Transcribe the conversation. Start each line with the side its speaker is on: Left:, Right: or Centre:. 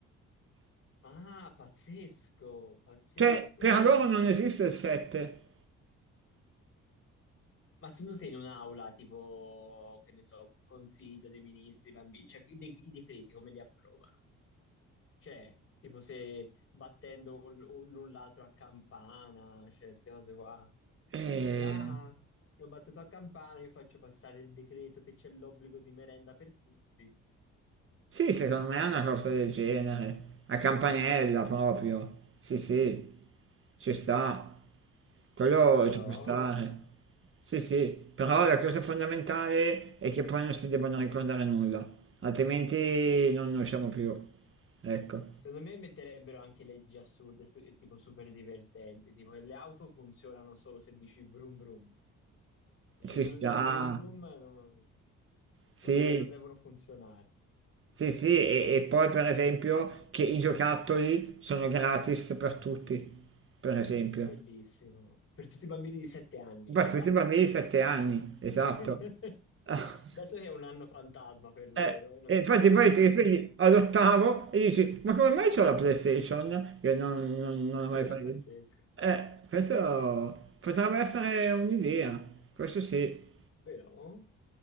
Left: Ah, pazzesco, pazzesco.
Right: Cioè, per loro non esiste il 7.
Left: Ma secondo te in un'aula, tipo, che ne so, consiglio dei ministri, bambini, cioè i, de- i decreti come li approvano? Cioè, tipo se battendo un- un- l'un l'altro a campana, cioè queste cose qua.
Right: Eh,
Left: Già, ti ho battuto a campana, io faccio passare il decreto che c'è l'obbligo di merenda per tutti.
Right: sì, secondo me è una cosa del genere, a campanella proprio. Sì, sì, ci sta. Quello
Left: Però,
Right: ci può stare. Sì, sì, però la cosa fondamentale è che poi non si debbano ricordare nulla, altrimenti non ne usciamo più. Ecco,
Left: secondo me metterebbero anche leggi assurde stu- e tipo super divertenti, tipo che le auto funzionano solo se dici brum brum. Cioè,
Right: ci
Left: se
Right: sta.
Left: non dici brum brum, no-
Right: Sì,
Left: non, de- non devono funzionare.
Right: sì, sì, e, e poi per esempio che i giocattoli sono gratis per tutti, per esempio.
Left: Bellissimo. Per tutti i bambini di 7 anni
Right: Per
Left: e
Right: tutti
Left: basta.
Right: i bambini di 7 anni, esatto.
Left: <laughs>
Right: <laughs>
Left: Dato che è un anno fantasma per loro
Right: Eh,
Left: e non
Right: e
Left: si
Right: infatti
Left: ricorderanno
Right: poi ti svegli
Left: niente.
Right: all'ottavo e dici, ma come mai c'ho la PlayStation? Che non, non, non ho mai
Left: Esatto,
Right: preso.
Left: pazzesco.
Right: Eh, questo potrebbe essere un'idea, questo sì.
Left: Però,